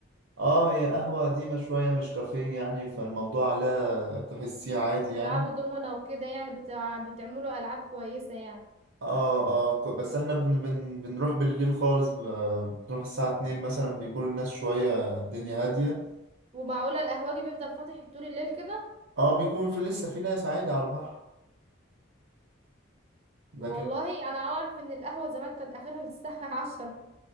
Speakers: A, on the right; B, on the right.
A: اه هي قهوة قديمة شوية مش كافيه يعني فالموضوع لا تحسيه عادي
B: بتلعبوا
A: يعني
B: دومنا وكده يعني بتاع... بتعملوا العاب كويسة يعني
A: اه اه ك- بس احنا بن بن بنروح بالليل خالص ب- بنروح الساعة 2 مثلا بيكون الناس شوية الدنيا هادية
B: ومعقولة القهوجي بيفضل فاتح طول الليل كده
A: اه بيكون في لسه في ناس عادي على البحر لكن
B: والله انا اعرف ان القهوه زمان كان اخرها للساعه <laughs> عشرة